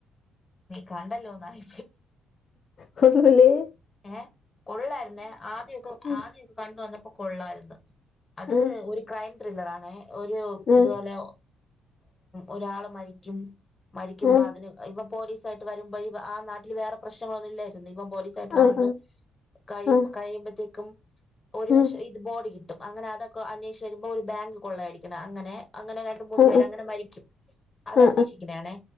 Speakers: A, on the left (about 25°); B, on the left (about 50°).
A: കണ്ടല്ലോന്നായി
B: കൊ പോല്ലേ
A: ഏഹ കൊള്ളായിരുന്ന ആദ്യൊക്കെ
B: ആ
A: ആദ്യമൊക്കെ കണ്ട വന്നപ്പോൊ കൊള്ളായിരുന്നു അത്
B: ആ
A: ഒരു ക്രൈം ത്രില്ലറ ആണ ഒരു
B: ആ
A: ഇതുപോലെ ഒരാള് മരിക്കും മരിക്കുമ്പോ
B: ആ
A: അതിന് ഇപ്പ പോലീസ് ആായിട്ട് വരുമ്പോഴ ആ നാട്ടിൽ വേറെ പ്രശ്നങ്ങളൊന്നുമല്ലായിരുന്നു ഇവം പോലെ ായിട്ട് വന്ന്
B: ആ ആ
A: കഴ
B: ആ
A: കഴിയുമ്പഴത്തേക്കും ഒരു
B: ആ
A: വഷം ഇത് ബോഡി കിട്ടും അങ്ങനെ അതൊക്കെ അന്വേഷച്ച് വരുമ്പോ ഒരു ബാങ്ക് കൊള്ളയായിരിക്കണം അങ്ങനെ അങ്ങനെ രണ്ട മൂന്ന്
B: ആ
A: പേര അങ്ങനെ മരിക്കും അത്
B: ആ ആ
A: അന്വേഷിക്കണാണേ